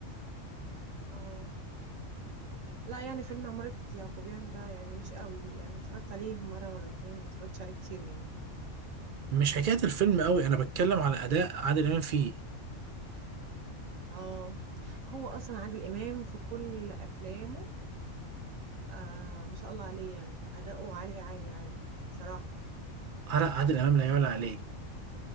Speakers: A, on the right (about 75°); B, on the right (about 55°).
A: اه لا يعني فيلم عمارة يعقوبيان ده يعني مش قوي يعني اتفرجت عليه مرة مرتين ما اتفرجتش عليه كتير يعني
B: مش حكاية الفيلم قوي انا بتكلم على اداء عادل امام فيه
A: اه هو اصلا عادل امام في كل افلامه آه ما شاء الله عليه يعني اداؤه عالي عالي عالي بصراحة
B: على عادل امام لا يعلى عليه